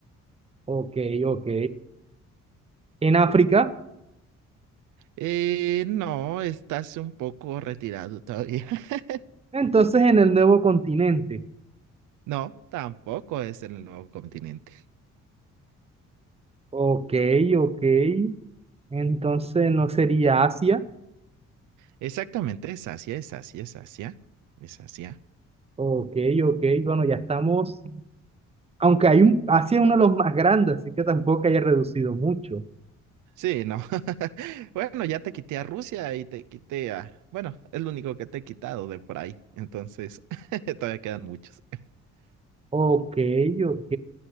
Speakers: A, on the right; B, on the right.
A: Ok, ok. ¿En África?
B: Eh, no, estás un poco retirado todavía. <laughs>
A: Entonces, en el nuevo continente.
B: No, tampoco es en el nuevo continente.
A: Ok, ok. Entonces no sería Asia.
B: Exactamente, es Asia, es Asia, es Asia, es Asia.
A: Ok, ok, bueno, ya estamos. Aunque hay un, Asia es uno de los más grandes, así que tampoco haya reducido mucho.
B: Sí, no. <laughs> Bueno, ya te quité a Rusia y te quité a... Bueno, es lo único que te he quitado de por ahí. Entonces, <laughs> todavía quedan muchos.
A: Ok, ok.